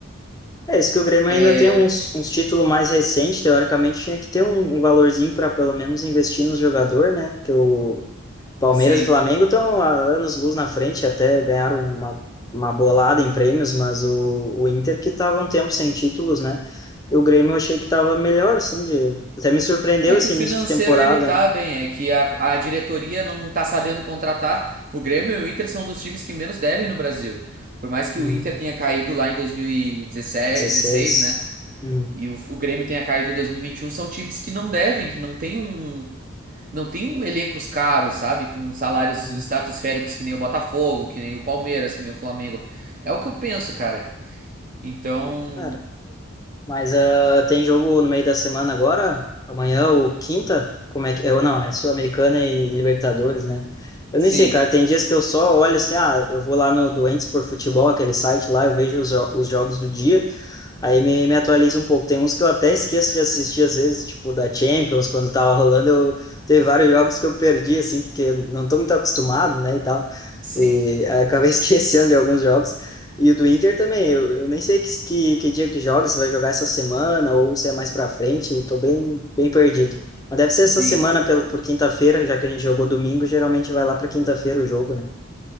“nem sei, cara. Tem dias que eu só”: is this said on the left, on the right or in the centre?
Left